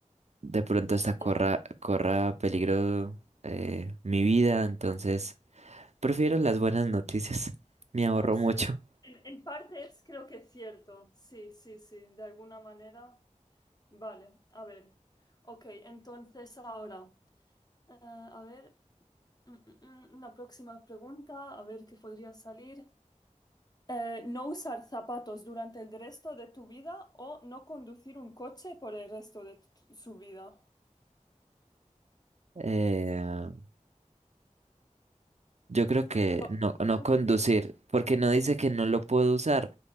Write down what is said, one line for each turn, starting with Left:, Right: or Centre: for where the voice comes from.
Right: de pronto hasta corra,
Left: Ya.
Right: corra peligro eh, mi vida. Entonces, prefiero las buenas noticias. Me ahorro
Left: No, sí.
Right: mucho.
Left: En, en partes creo que es cierto. Sí, sí, sí. De alguna manera. Vale, a ver. Ok, entonces ahora. eh, a ver. mm, mm, mm, Una próxima pregunta. A ver qué podría salir. Eh, no usar zapatos durante el resto de tu vida o no conducir un coche por el resto de tu- su vida.
Right: Eh, yo creo que
Left: Oh,
Right: no, no conducir,
Left: Sí,
Right: porque no dice que no lo puedo usar.